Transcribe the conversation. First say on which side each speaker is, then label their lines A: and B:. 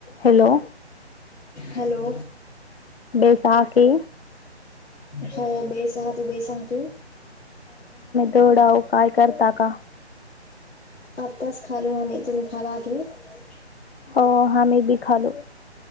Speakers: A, on the left; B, on the left.
A: Hello
B: hello
A: बेसाखी
B: हो बेसहातू बेसहातू
A: थोडा उ काय करता का?
B: अताच खालू हमी <unintelligible>
A: हो हामी बी खालो.